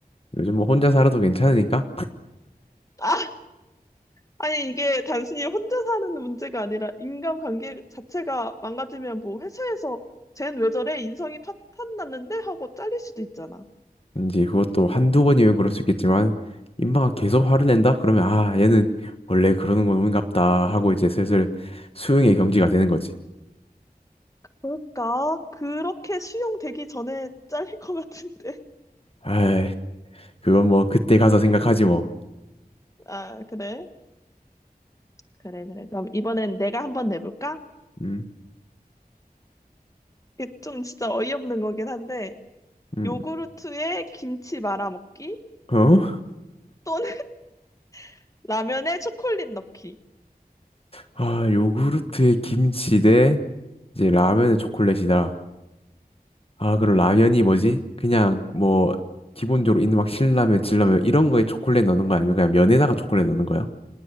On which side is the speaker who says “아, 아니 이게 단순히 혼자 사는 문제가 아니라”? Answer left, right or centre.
Left